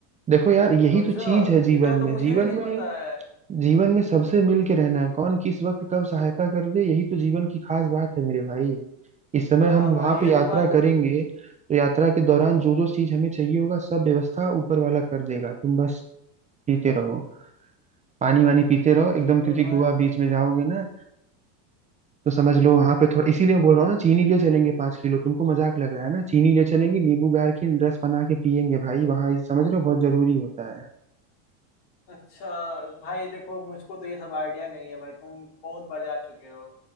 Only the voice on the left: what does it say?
गजब
इतना तो
मुझे
भी नहीं
पता है
वाह
भाई
ये
तो बात है
बिल्कुल
भाई
अच्छा भाई देखो मुझको तो ये सब आइडिया नहीं है भाई तुम बहुत बढ़ जा चुके हो